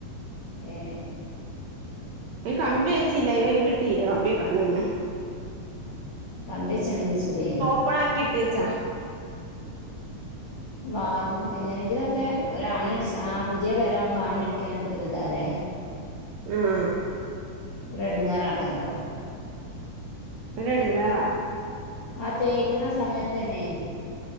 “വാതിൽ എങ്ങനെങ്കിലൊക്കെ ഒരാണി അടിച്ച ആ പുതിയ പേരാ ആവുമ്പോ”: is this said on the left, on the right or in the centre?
Left